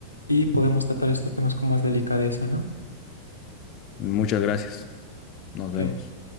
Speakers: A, on the left (about 85°); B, on the left (about 35°).
A: y podemos tratar estos temas con más delicadeza, ¿no?
B: Muchas gracias. Nos
A: Ok.
B: vemos.